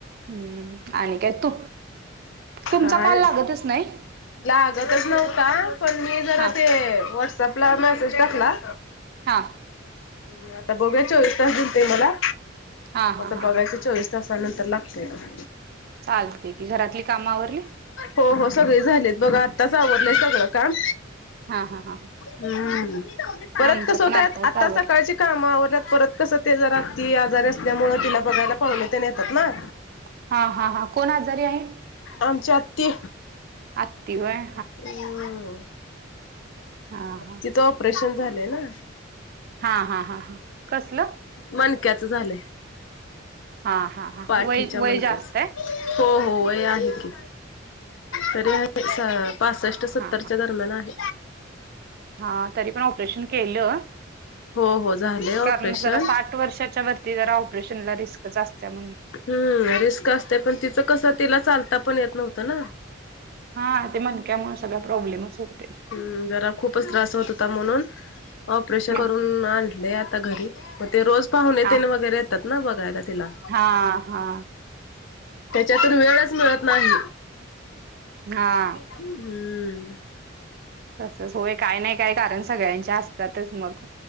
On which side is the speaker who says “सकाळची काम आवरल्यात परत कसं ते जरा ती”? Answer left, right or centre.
Left